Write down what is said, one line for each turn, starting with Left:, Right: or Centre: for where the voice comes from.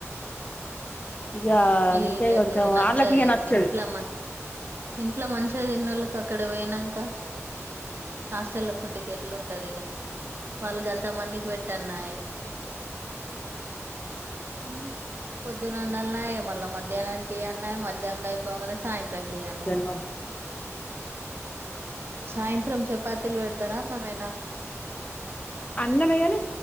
Left: ఇగా అందుకే
Right: ఈళ్ళకు
Left: కొంచెం
Right: నచ్చది.
Left: ఆళ్లకి ఇగా నచ్చదు.
Right: ఇంట్ల మం ఇంట్ల మంచిగా తినోళ్ళకి అక్కడ పోయినాక. హాస్టల్ లో ఫుడ్ కి ఎట్లు ఉంటది ఇగా వాళ్ళు అంతమందికి పెట్టాల్నేయి. మ్ పొద్దునవొండలన్నాయి మళ్ళ మధ్యాహ్నానికి ఏ అన్నాయి మధ్యాహం. బొంగనే సాయంత్రం కేయాలన్నాయి
Left: జన్మం
Right: సాయంత్రం చపాతీలు పెడతారా అన్నమేనా.
Left: అన్నమేగాని.